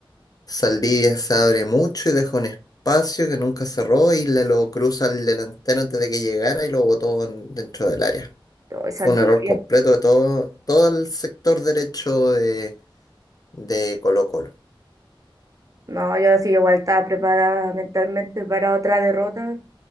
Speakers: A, on the left (about 45°); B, on the right (about 40°).
A: Saldivia se abre mucho y deja un espacio que nunca cerró y le lo cruza al delantero antes de que llegara y lo botó en- dentro del área.
B: Hoy salí
A: Fue un error completo de todo, todo el sector derecho de, de Colo-Colo.
B: No, yo sí igual estaba preparada mentalmente para otra derrota